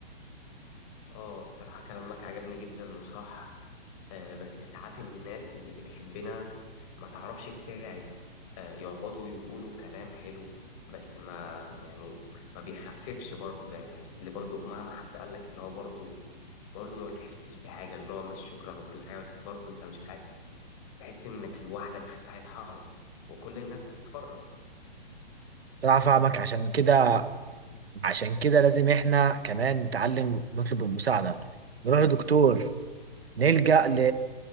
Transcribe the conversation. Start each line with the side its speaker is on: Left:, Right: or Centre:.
Left: اه بصراحة كلامك عجبني جدا وصح آه، بس ساعات الناس اللي بتحبنا ما تعرفش تساعد آه، يقعدوا يقولوا كلام حلو بس ما يعني ما بيخففش برضه يعني تحس اللي برضه مهما حد قال لك اللي هو برضه برضه ما بتحسش بحاجة اللي هو مش شكرا وكل حاجة بس برضه انت مش حاسس تحس انك لوحدك في ساعة حرب وكل الناس بتتفرج
Right: طلع فاهمك عشان كده عشان كده لازم احنا كمان نتعلم نطلب المساعدة نروح لدكتور نلجأ ل...